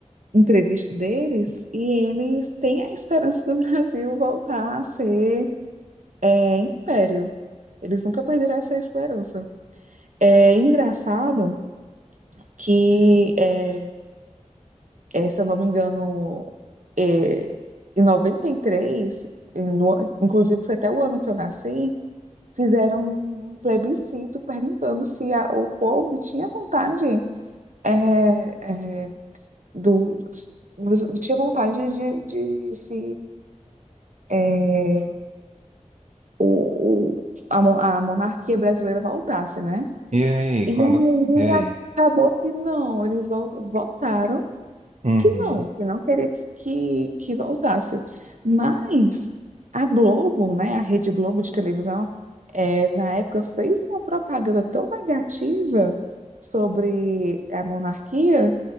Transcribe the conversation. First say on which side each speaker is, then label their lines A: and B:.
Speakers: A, on the right; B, on the right.
A: entrevista deles e eles têm a esperança do <laughs> Brasil voltar a ser é, império. Eles nunca perderam essa esperança. É engraçado que, é, é, se eu não me engano, é, em 93, em, no- inclusive foi até o ano que eu nasci, fizeram um plebiscito perguntando se a- o povo tinha vontade é, é, do tinha vontade de, de se é, o, o- a, mo- a monarquia brasileira voltasse, né?
B: E aí,
A: E
B: quando?
A: aí
B: E aí?
A: acabou que não, eles vol- votaram
B: Uhum.
A: que não, que não queria que, que, que voltasse. Mas a Globo, né, a Rede Globo de televisão, é, na época fez uma propaganda tão negativa sobre a monarquia